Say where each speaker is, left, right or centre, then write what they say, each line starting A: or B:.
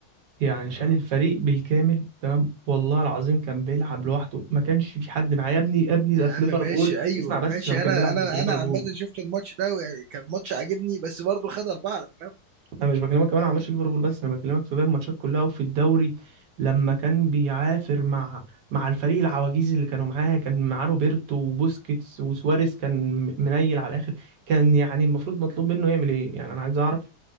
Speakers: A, on the right (about 60°); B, on the right (about 75°).
A: يعني شال
B: اه
A: الفريق بالكامل تمام والله العظيم كان بيلعب لوحده ما كانش في حد معاه يا ابني يا ابني
B: يا
A: ده في
B: عم
A: ليفربول
B: ماشي أيوه
A: اسمع بس
B: ماشي
A: لما كان
B: أنا
A: بيلعب
B: أنا
A: ضد ليفربول
B: أنا عامة شفت الماتش ده ويعني كان ماتش عاجبني بس برضه خد أربعة على دماغه
A: انا مش بكلمك كمان على ماتش ليفربول بس انا بكلمك في باقي الماتشات كلها وفي الدوري لما كان بيعافر مع مع الفريق العواجيز اللي كانوا معاه كان معاه روبرتو وبوسكيتس وسواريز كان منيل على الاخر كان يعني المفروض مطلوب منه يعمل ايه يعني انا عايز اعرف